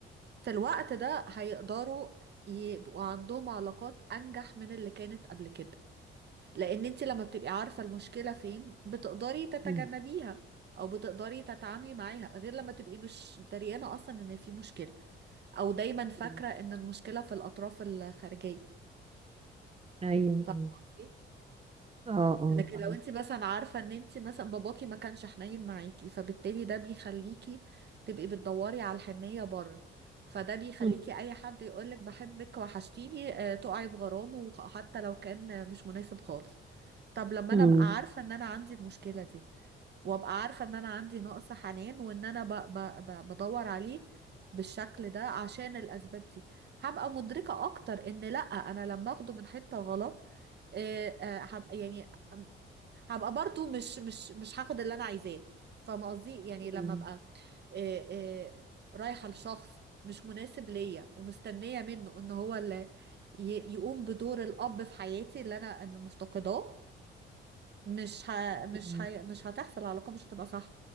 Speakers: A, on the right; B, on the right.
A: في الوقت ده هيقدروا يبقوا عندهم علاقات أنجح من اللي كانت قبل كده لان انت لما بتبقي عارفة المشكلة فين بتقدري تتجنبيها
B: مم.
A: او بتقدري تتعاملي معاها غير لما تبقي مش دريانة اصلا ان في مشكلة او دايما فاكرة
B: مم.
A: ان المشكلة في الاطراف الخارجية
B: ايوه
A: فاهمة
B: ايوه
A: قصدي
B: اه اه
A: لكن
B: فاهم
A: لو انت مثلا عارفة ان انت مثلا باباكي ما كانش حنين معاكي فبالتالي ده بيخليكي تبقي بتدوري على الحنية بره فده بيخليكي
B: مم.
A: اي حد يقولك بحبك وحشتيني آه، تقعي في غرامه حتى لو كان آه، مش مناسب خالص طب لما
B: مم.
A: انا ابقى عارفة ان انا عندي المشكلة دي وابقى عارفة ان انا عندي نقص حنان وان انا ب ب ب بدور عليه بالشكل ده عشان الاسباب دي هبقى مدركة اكتر ان لا انا لما اخده من حتة غلط آه، آه، هبقى يعني هبقى برضو مش مش مش هاخد اللي انا عايزاه فاهمة قصدي يعني لما
B: مم.
A: ابقى آه، آه، رايحة لشخص مش مناسب ليا ومستنية منه ان هو اللي ي- يقوم بدور الاب في حياتي اللي انا أنا مفتقداه مش ه... مش
B: مم.
A: ه... مش هتحصل العلاقة مش هتبقى صح